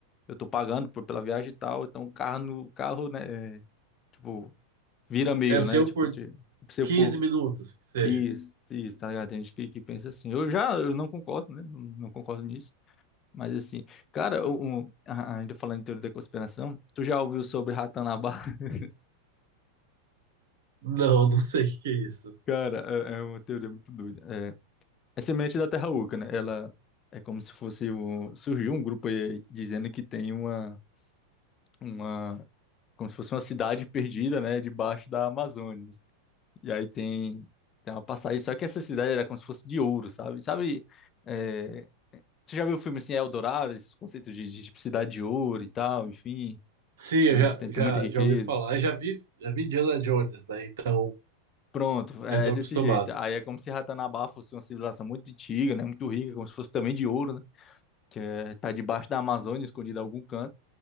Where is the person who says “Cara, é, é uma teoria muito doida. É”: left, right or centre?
Left